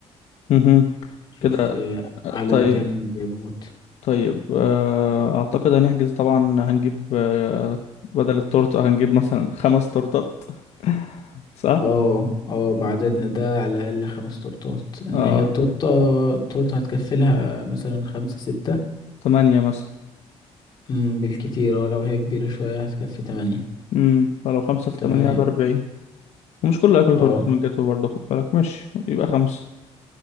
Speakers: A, on the left; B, on the left.
A: مهم.
B: نشوف
A: كده
B: آه، على
A: طيب
B: مكان جايب فوت
A: طيب آه، اعتقد هنحجز طبعا هنجيب آه، بدل التورتة هنجيب مثلا خمس تورتات <laughs> صح
B: اه اه بعددنا ده على الاقل خمس تورتات ان
A: اه
B: هي التورته التورته هتكفي لها مثلا خمسة ستة
A: تمانية مثلا
B: امم بالكتير اه لو هي كبيره شويه هتكفي تمانية
A: امم فلو خمسة في تمانية
B: تمانية
A: بأربعين ومش كله هياكل
B: اه
A: تورتة من الجاتو برضه خد بالك ماشي يبقى خمسة